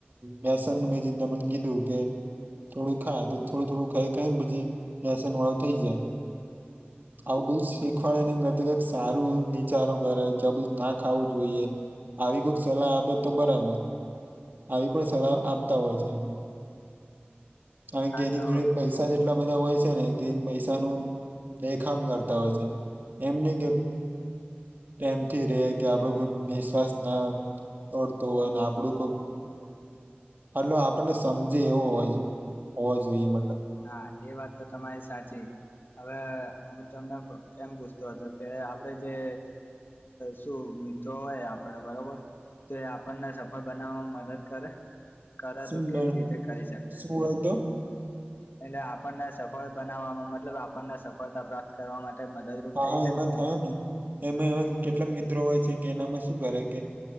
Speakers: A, on the right; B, on the left.
A: બેસન ન મેં જે દમણ કીધું કે થોડું ખા તો થોડું થોડું ખાઈ ખાઈને પછી આસન વાળું થઈ જાય. આવું બધું શીખવાડેને કર કક સારું એવું વિચારો કરે બધું ના ખાવું જોઈએ. આવી કોઈક સલાહ આપે તો બરાબર આવી પણ આપતા હોય છે અને
B: હા
A: તેની
B: તો
A: જોડે પૈસા જે એટલા બધા હોય છે ને કે પૈસા ન દેખામ કરતા હોય છે એમ ન કે એમથી રે કે આપડો કોઈ પણ નિશ્વાસ ના ઓર તો હોયને આપડું કોઈક એટ આપણને સમજે એવો હો હોવો જોઈએ મતલબ
B: હા એ વાત તો તમારી સાચી. હવે હું તમને એમ પૂછતો હતો કે આપડે જે શું મિત્રો હોય આપડ બરોબર તો એ આપણને સફળ બનાવવામાં મદદ કરે. કરે
A: શું
B: તો કેવી
A: બણ-
B: રીતે કરી શકે?
A: શું હોય તો
B: એટલે આપણને સફળ બનાવવામાં મતલબ આપણને સફળતા પ્રાપ્ત કરવા માટે મદદરૂપ
A: હા
B: થઈ
A: હા
B: શકે
A: એમાં
B: મિત્રો
A: થયા ને એમાં એમાં કેટલાક મિત્રો હોય છે કે એનામાં શું કરે કે.